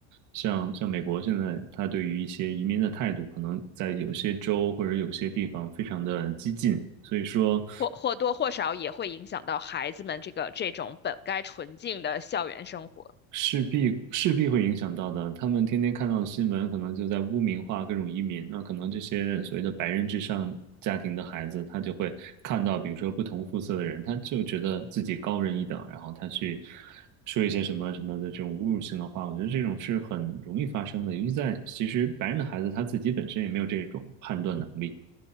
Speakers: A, on the right (about 60°); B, on the left (about 30°).
A: 像像美国现在，它对于一些移民的态度，可能在有些州或者有些地方非常的激进，所以说。
B: 或或多或少也会影响到孩子们这个这种本该纯净的校园生活。
A: 势必势必会影响到的。他们天天看到的新闻，可能就在污名化各种移民。那可能这些所谓的白人至上家庭的孩子，他就会看到，比如说不同肤色的人，他就觉得自己高人一等，然后他去说一些什么什么的这种侮辱性的话。我觉得这种是很容易发生的，尤其在其实白人的孩子他自己本身也没有这种判断能力。